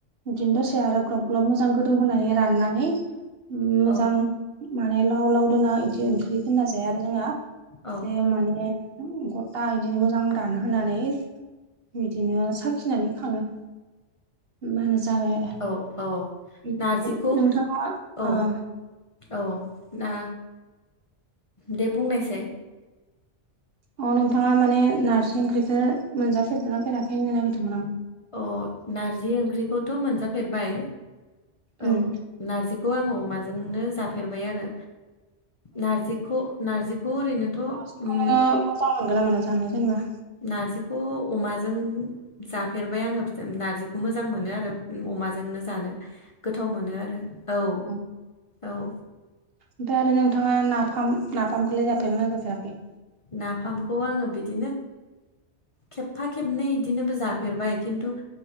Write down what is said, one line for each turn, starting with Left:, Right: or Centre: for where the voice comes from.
Right: बिदिनो दसे आरो ग्लब ग्लब मोजां गोदौ होनानै राननानै मोजां
Left: औ
Right: माने लाव लाव दोना इदि ओंख्रि दोनना जाया आरो जोंहा एसे
Left: औ
Right: माने गता इदिनो मोजां दानहोनानै बिदिनो साखिनानै खाङो। होमबानो जाबाय आरो
Left: औ औ
Right: ओमफ्राय
Left: नारजिखौ
Right: नोंथां
Left: औ‌
Right: ओ
Left: औ ना दे बुंनायसाय
Right: अ नोंथाङा माने नार्जि ओंख्रिखो मोनजाफेरबायना फेराखै होननो नागिरदोंमोन आं
Left: अ नारजि ओंख्रिखौथ' मोनजाफेरबाय औ।
Right: उम
Left: नारजिखौ आङो अमाजोंनो जाफेरबाय आरो नारजिखौ नारजि खौ ओरैनोथ'
Right: नारजिखौ
Left: उम
Right: नोङो मोजां मोनगोना मोना जानो जेनेबा
Left: नारजिखौ अमाजों जाफेरबाय आङो नारजिखौ मोजां मोनो आरो अमा जोंनो जानो गोथाव मोनो आरो औ
Right: ना?
Left: औ।
Right: ओमफ्राय आरो नोंथाङा नाफाम नाफामखौलाय जाफेरगोना जाफेराखै।
Left: नाफामखौ आङो बिदिनो खेबफा खेबनै इदिनोबो जाफेरबाय खिन्थु